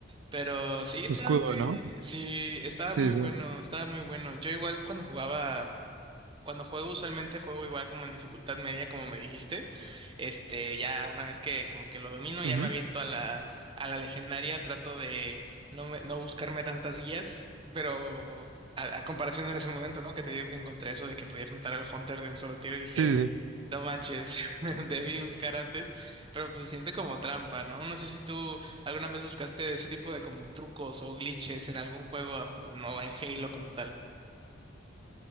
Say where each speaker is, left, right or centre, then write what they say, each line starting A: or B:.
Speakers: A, on the right; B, on the right.
A: Pero sí,
B: Su
A: estaba
B: escudo,
A: muy,
B: ¿no?
A: sí, estaba muy
B: Sí, sí.
A: bueno, estaba muy bueno. Yo igual cuando jugaba. Cuando juego, usualmente juego igual como en dificultad media, como me dijiste. Este, ya una vez que como que lo domino,
B: Ujú,
A: ya me aviento a la, a la legendaria, trato de no, me- no buscarme tantas guías, pero a, a comparación en ese momento, ¿no? Que te digo que encontré eso de que podías matar al Hunter de un solo tiro y dije,
B: Sí, sí. sí.
A: no manches, <laughs> debí buscar antes, pero pues se siente como trampa, ¿no? No sé si tú alguna vez buscaste ese tipo de como trucos o glitches en algún juego, no en Halo como tal.